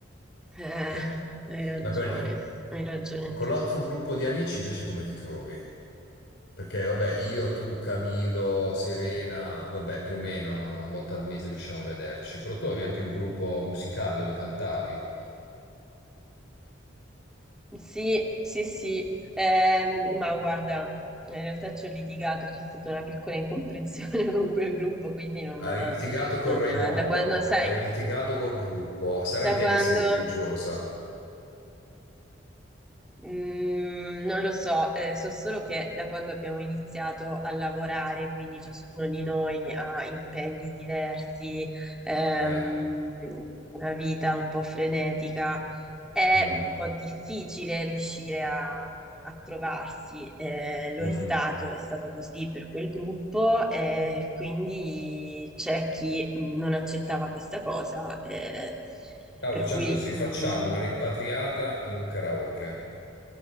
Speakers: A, in the centre; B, on the left.
A: Eh,
B: Eh.
A: hai ragione,
B: Ma con,
A: hai ragione anche
B: con l'altro
A: tu.
B: gruppo di amici invece come ti trovi? Perché vabbè, io, tu, Camilo, Serena, vabbè, più o meno no, una volta al mese riusciamo a vederci, però tu avevi anche il gruppo musicale dove cantavi.
A: Sì, sì, sì, Ehm, ma guarda, in realtà ci ho litigato, c'è stata una piccola incomprensione <laughs> con quel gruppo, quindi non,
B: Hai litigato con
A: non-
B: Raimondo,
A: da quando, sai,
B: hai litigato col gruppo, sarai
A: da
B: te
A: quando,
B: che sei litigiosa.
A: mm, non lo so, eh, so solo che da quando abbiamo iniziato a lavorare, quindi ciascuno di noi ha impegni diversi, ehm,
B: Eh.
A: una vita un po' frenetica È
B: Mm,
A: un po' difficile riuscire a, a trovarsi, eh, lo
B: mm.
A: è stato, è stato così per quel gruppo, e quindi c'è chi non accettava questa cosa, eh,
B: Allora,
A: per
B: facciamo
A: cui
B: così, facciamo
A: mm,
B: una rimpatriata in un karaoke,